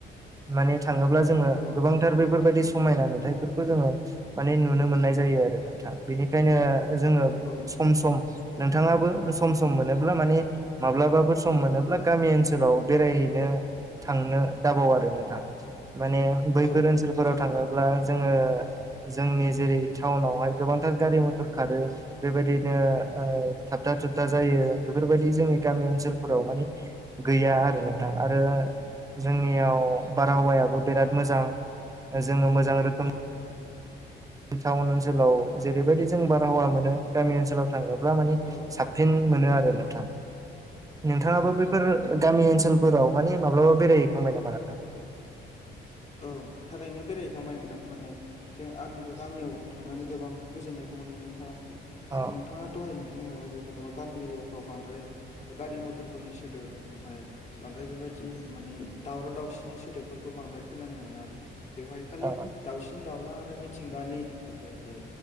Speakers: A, on the right; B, on the left.
A: माने थाङोब्ला जोङो
B: नोंथां
A: गोबांथार बेफोरबायदि समायना नुथायफोरखौ जोङो माने नुनो मोननाय जायो आरो नोंथां। बेनिखायनो जोङो
B: औ
A: सम सम नोंथाङाबो सम सम मोनोब्ला माने माब्लाबाफोर सम मोनोब्ला गामि ओनसोलाव बेरायहैनो थांनो दाबाव आरो नोंथां। माने बैफोर
B: औ
A: ओनसोलफोराव
B: जागोन
A: थाङोब्ला जोङो जोंनि जेरै टाउनावहाय गोबांथार गारि मथर खारो बेबायदिनो ओ थाबथा थुबथा जायो बेफोरबायदि जोंनि गामि ओनसो सोलफोराव
B: औ
A: माने गैया आरो नोंथां आरो जोंनियाव बारहावायाबो बेराद मोजां जोङो मोजां रो
B: औ।
A: टाउन ओनसोलाव जेरैबायदि जों बारहावा मोनो गामि ओनसोलाव थाङोब्ला मानि
B: औ
A: साब फिन मोनो आरो नोंथां। नोंथाङाबो
B: नोंथां
A: बैफोर गामि ओनसोल फोराव माने माब्लाबा बेरायहैखांबाय नामा नोंथां?
B: औ थारैनो बेरायहैखांबाय नोंथां माने जो आंबो गामियाव थांनानै गोबां गोजोननायखौ मोनदों नोंथाङा
A: औ
B: नोंथाङा दहाय बुंनाय बायदि जेनेबा गामि एरियाफ्राव बांद्राय गारि मथरफोरनि सोदोब ओमफाय बांद्राय बेबायदि माने दावराव दावसिनि सोदोबफोरखौ बांद्राय खोनानो मोना आरो। बेवहाय खालि
A: औ
B: दाउसिन दाउला आरो मिथिंगानि जे जे